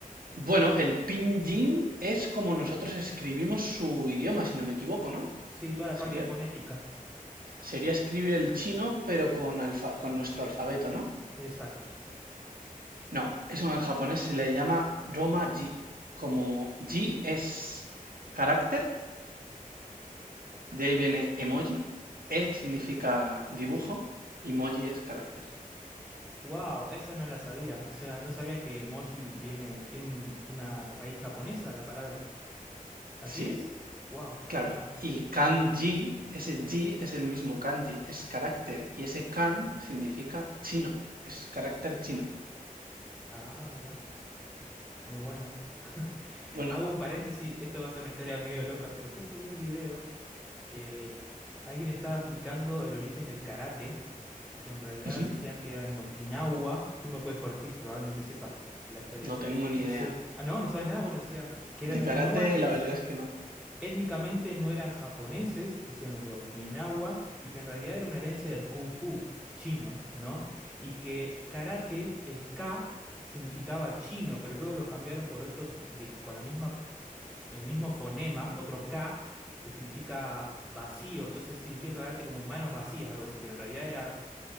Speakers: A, on the right (about 80°); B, in the centre.
A: bueno, el pinyin es como nosotros escribimos su idioma, si no me equivoco, ¿no?
B: Sí, toda la
A: Sería,
B: parte fonética.
A: sería escribir el chino, pero con alfa- con nuestro alfabeto, ¿no?
B: Exacto.
A: No, eso en japonés se le llama Roma-ji. Como ji es carácter, de ahí viene emoji, e significa dibujo. y moji es carácter.
B: Wow, esa no la sabía. O sea, no sabía que emoji viene, tiene un- una raíz japonesa la palabra. ¿Así
A: Sí,
B: es? Wow,
A: claro.
B: no.
A: Y kanji, ese ji es el mismo kanji, es carácter. Y ese kan significa chino, es carácter chino.
B: Ah, mira, muy bueno.
A: Bueno,
B: Hago un paréntesis, esto va a ser una historia medio loca, pero justo vi un video que alguien estaba explicando el origen del karate que en realidad
A: ujú,
B: decían que era en Okinawa, tú me puedes corregir, probablemente sepas la historia,
A: no tengo ni
B: que dice,
A: idea.
B: ah, no, no sabes nada, bueno, decían que
A: De
B: era en
A: karate,
B: Okinawa, que
A: la
B: decía,
A: verdad es que no.
B: étnicamente no eran japoneses, decían los de Okinawa, y que en realidad era una herencia del kung fu chino, ¿no? Y que karate, el K, significaba chino, pero luego lo cambiaron por otro de, con la misma, el mismo fonema, otro K, que significa vacío, entonces significa karate como manos vacías, algo así, pero en realidad era